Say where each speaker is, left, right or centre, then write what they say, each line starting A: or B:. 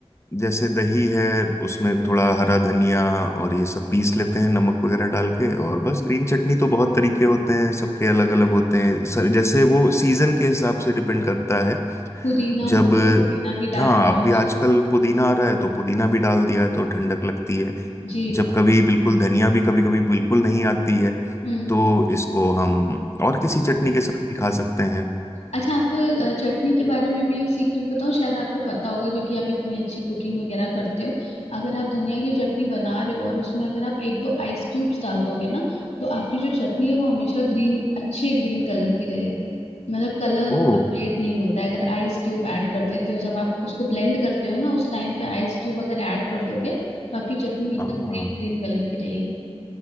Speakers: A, on the left (about 25°); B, on the left (about 90°).
A: जैसे दही है उसमें थोड़ा हरा धनिया और ये सब पीस लेते हैं नमक वगैरह डाल के और बस ग्रीन चटनी तो बहुत तरीके होते हैं सबके अलग अलग होते हैं सर जैसे वो सीजन के हिसाब से डिपेंड करता है
B: पुदीना हुआ
A: जब
B: तो पुदीना भी डाल
A: हाँ
B: दिया
A: अभी
B: उसमें
A: आजकल पुदीना आ रहा है तो पुदीना भी डाल दिया तो ठंडक लगती है
B: जी
A: जब कभी बिल्कुल धनिया भी कभी कभी बिल्कुल नहीं आती है
B: हम्म
A: तो इसको हम और किसी चटनी के साथ भी खा सकते हैं
B: अच्छा आपको अ, चटनी के बारे में भी एक सीक्रेट बताऊं शायद आपको पता होगा क्योंकि आप इतनी अच्छी कुकिंग वगैरह करते हो अगर आप धनिया की चटनी बना रहे हो और उसमें अगर आप एक दो आइस क्यूब्स डाल दोगे ना तो आपकी जो चटनी है वो हमेशा ग्रीन अच्छे ग्रीन कलर की रहेगी मतलब कलर उसका
A: ओ
B: फेड नहीं होता है अगर आइस क्यूब ऐड कर देते हो जब आप उसको ब्लेंड करते हो ना उस टाइम पे आइस क्यूब अगर ऐड कर दोगे तो आपकी चटनी एकदम
A: हाँ
B: ग्रीन ग्रीन कलर की रहेगी